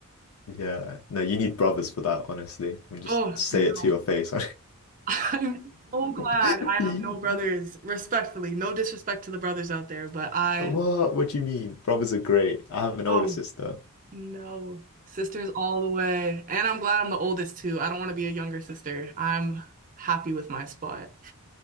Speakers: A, on the left; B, on the right.
A: yeah. No, you need brothers for that, honestly. And just
B: Oh
A: say
B: no.
A: it to your face.
B: <laughs> I'm so glad
A: <laughs>
B: I have no brothers.
A: <laughs>
B: Respectfully, no disrespect to the brothers out there, but I
A: What? What do you mean? Brothers are great. I have an
B: oh
A: older sister.
B: no. Sisters all the way. And I'm glad I'm the oldest too. I don't want to be a younger sister. I'm happy with my spot.